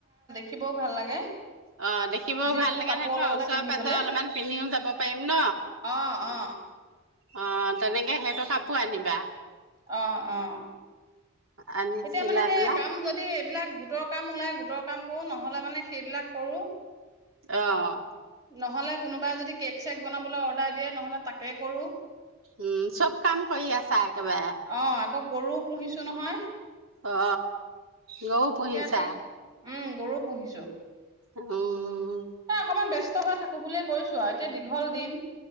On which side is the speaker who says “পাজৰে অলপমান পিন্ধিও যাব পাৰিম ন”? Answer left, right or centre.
Right